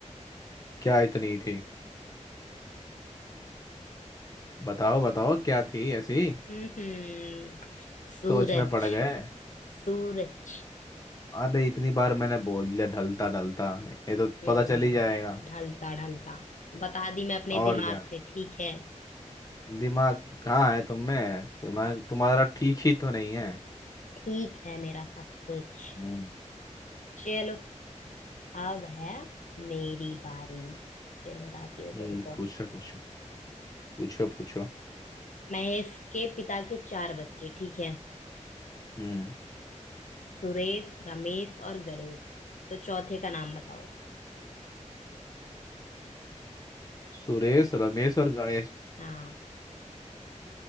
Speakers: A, on the left (about 30°); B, on the left (about 80°).
A: क्या इतनी थी बताओ बताओ क्या थी ऐसी
B: हम्म हम्म, सूरज
A: सोच में पड़ गए
B: सूरज
A: अरे इतनी बार मैंने बोल दिया ढलता ढलता ये तो
B: हम्म
A: पता चल ही जाएगा
B: ढलता ढलता बता दी मैं अपने
A: और
B: दिमाग
A: क्या
B: से ठीक है
A: दिमाग कहाँ है तुम में दिमाग तुम्हारा ठीक ही तो नहीं है
B: ठीक है मेरा सब कुछ
A: हम्म
B: चलो अब है मेरी बारी फिर बताती हूँ
A: हम्म,
B: तुमको
A: पूछो पूछो पूछो पूछो
B: महेश के पिता के चार बच्चे ठीक है
A: हम्म
B: सुरेश रमेश और गणेश तो चौथे का नाम बताओ
A: सुरेश रमेश और गणेश
B: हाँ